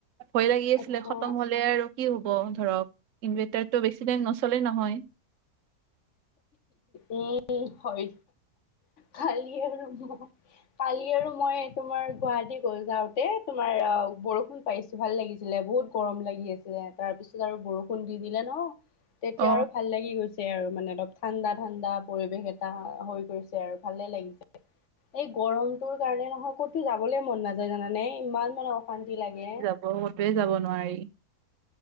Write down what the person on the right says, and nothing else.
ভয় লাগি আছিলে
খতম হলে আৰু কি হ'ব ধৰক ইনভাৰটাৰটো বেছি টাইম নচলেই নহয়।
অ
অ কতোৱে যাব নোৱাৰি